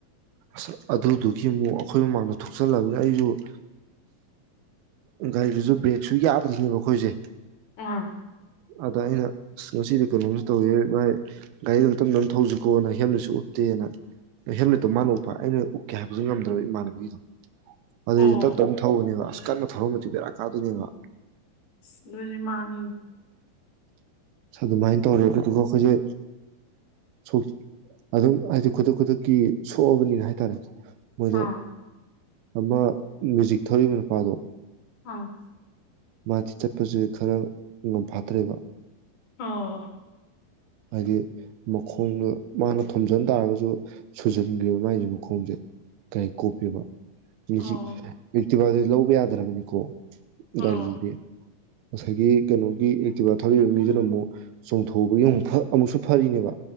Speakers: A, on the right (about 80°); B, on the left (about 60°).
A: ꯑꯁ ꯑꯗꯨꯗꯨꯒꯤ ꯑꯃꯨꯛ ꯑꯩꯈꯣꯏ ꯃꯃꯥꯡꯗ ꯊꯣꯛꯆꯜꯂꯕꯅꯤ ꯑꯩꯁꯨ ꯑ ꯒꯥꯔꯤꯗꯨꯁꯨ ꯕ꯭ꯔꯦꯛꯁꯨ ꯌꯥꯗ꯭ꯔꯤꯅꯦꯕ ꯑꯩꯈꯣꯏꯁꯦ
B: ꯑ <unintelligible>
A: ꯑꯗ ꯑꯩꯅ ꯉꯁꯤꯗꯤ ꯀꯩꯅꯣꯝꯁꯨ ꯇꯧꯋ ꯚꯥꯏ ꯒꯥꯔꯤꯗꯨꯣꯝ ꯇꯝꯗ ꯑꯃ ꯊꯧꯁꯤꯀꯣꯅ ꯍꯦꯜꯃꯦꯠꯁꯨ ꯎꯞꯇꯦꯅ ꯅ ꯍꯦꯜꯃꯦꯠꯇꯣ ꯃꯥꯅ ꯎꯞꯄ ꯑꯩꯅ ꯎꯞꯀꯦ ꯍꯥꯏꯕꯗꯨ ꯉꯝꯗ꯭ꯔꯕ ꯏꯃꯥꯟꯅꯕꯤꯒꯤꯗꯣ ꯑꯗꯨꯏꯁꯦ
B: ꯑꯣ
A: ꯇꯞ ꯇꯞꯅ ꯊꯧꯕꯅꯦꯕ ꯑꯁ ꯀꯟꯅ ꯊꯔ ꯆꯕꯦꯔꯥ ꯀꯥꯗꯅꯤꯉ
B: ꯑꯁ ꯑꯗꯨꯗꯤ ꯃꯥꯅꯤ
A: ꯑꯗꯨꯃꯥꯏꯅ ꯇꯧꯔꯦꯕꯗꯨꯒ ꯑꯩꯈꯣꯏꯁꯦ ꯁꯣꯛ ꯑꯗꯨꯝ ꯍꯥꯏꯗꯤ ꯈꯨꯗꯛ ꯈꯨꯗꯛꯀꯤ ꯁꯣꯛꯑꯕꯅꯤꯅ ꯍꯥꯏꯇꯥꯔꯦ ꯃꯣꯏꯗ
B: ꯑꯥ
A: ꯑꯃ ꯃꯦꯖꯤꯛ ꯊꯧꯔꯤꯕ ꯅꯨꯄꯥꯗꯣ
B: ꯑꯥ
A: ꯃꯥꯗꯤ ꯆꯠꯄꯁ ꯈꯔ ꯉꯝꯐꯥꯠꯇ꯭ꯔꯦꯕ
B: ꯑꯣ
A: ꯍꯥꯏꯗꯤ ꯃꯈꯣꯡꯗꯣ ꯃꯥꯅ ꯊꯣꯝꯖꯤꯟ ꯇꯥꯔꯒꯁꯨ ꯁꯨꯖꯟꯈ꯭ꯔꯦꯕ ꯃꯥꯒꯤꯁꯦ ꯃꯈꯣꯡꯁꯦ ꯀꯥꯏ ꯀꯣꯞꯄꯤꯕ
B: ꯑꯣ
A: <inaudible> ꯑꯦꯛꯇꯤꯕꯥꯗꯨꯗꯤ ꯂꯧꯕ ꯌꯥꯗ <unintelligible> ꯀꯣ <unintelligible>
B: ꯑꯣ
A: ꯉꯁꯥꯏꯒꯤ ꯀꯩꯅꯣꯒꯤ ꯑꯦꯛꯇꯤꯚꯠ ꯊꯧꯛꯏꯕ ꯃꯤꯗꯨꯅ ꯑꯃꯨꯛ ꯆꯣꯡꯊꯣꯛꯧꯕꯒꯤ ꯑꯃꯨꯛ ꯑꯃꯨꯛꯁꯨ ꯐꯔꯤꯅꯦꯕ